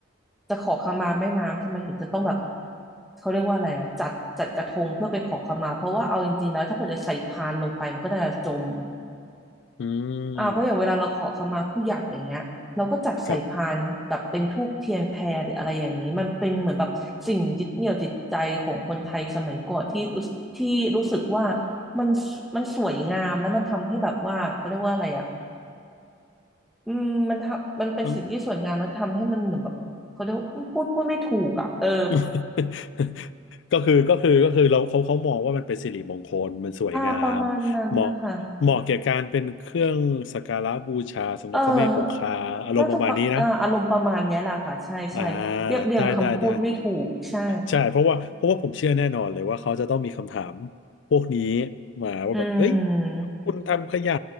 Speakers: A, in the centre; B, on the left.
A: จะขอขมาแม่น้ำทำไมถึงจะต้องแบบเขาเรียกว่าอะไรอะจัดจัดกระทงเพื่อไปขอขมาเพราะว่าเอาจริงๆแล้วถ้าเกิดจะใส่พานลงไปมันก็จะจม
B: อืม
A: อ่าเพราะอย่างเวลาเราขอขมาผู้ใหญ่อย่างเงี้ยเราก็จัดใส่พานแบบเป็นธูปเทียนแพหรืออะไรอย่างนี้มันเป็นเหมือนแบบสิ่งยึดเหนี่ยวจิตใจของคนไทยสมัยก่อนที่รู้ที่รู้สึกว่า
B: ครับ
A: มันมันสวยงามแล้วมันทำให้แบบว่าเขาเรียกว่าอะไรอ่ะอืมมันทำมันเป็นสิ่งที่สวยงามแล้วทำให้มันเหมือนแบบเขาเรียกว่าพูดพูดไม่ถูกอ่ะเออ
B: อืม <laughs> ก็คือก็คือก็คือเราเขาเขามองว่ามันเป็นสิริมงคลมันสวยงามเหมาะ
A: อ่าประมาณนั้นนะคะ
B: เหมาะแก่การเป็นเครื่องสักการะบูชาสำหรับพระแม่คงคาอารมณ์ประมาณนี้นะ
A: เออน่าจะประอ่าอารมณ์ประมาณเนี้ยแหละค่ะใช่ใช่เรียบเรียงคำพูดไม่ถูกใช่
B: อ่าได้ได้ได้ ใช่เพราะว่าเพราะว่าผมเชื่อแน่นอนเลยว่าเขาจะต้องมีคำถามพวกนี้มาว่าแบบเอ้ย
A: อืม
B: คุณทำขยะ